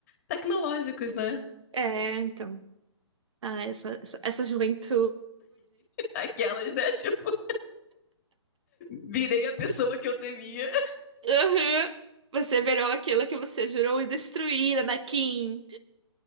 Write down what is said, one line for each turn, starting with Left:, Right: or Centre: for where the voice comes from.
Left: tecnológicos, né?
Right: É, então. Ah, essa, essa, essa juventude.
Left: Aquelas, né? <laughs> Tipo, virei a pessoa que eu temia.
Right: Aham. Você virou aquilo que você jurou e destruir, Anakin.